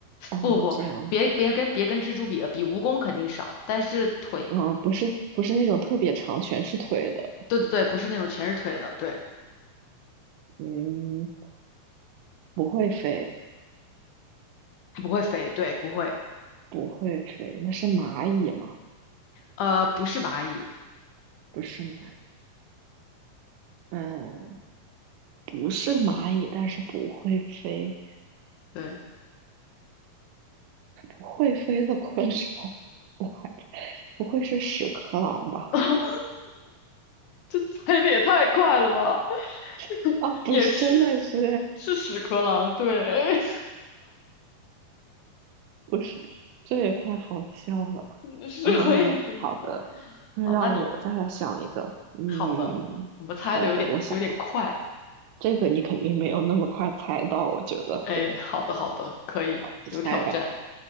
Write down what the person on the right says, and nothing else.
啊，
这样子
啊，不是不是那种特别长，全是腿的。
嗯，不会飞，
不会飞。那是蚂蚁吗？
不是蚂蚁嗯，不是蚂蚁，但是不会飞，
不会飞的昆虫，<laughs> 我还不会是屎壳郎吧？
<laughs>
啊，不是，
真的是。
不是，这也太好笑了。
嗯，嗯好的，那让我再来想一个。
嗯，
好的，我想这个你肯定没有那么快猜到，我觉得
你猜吧。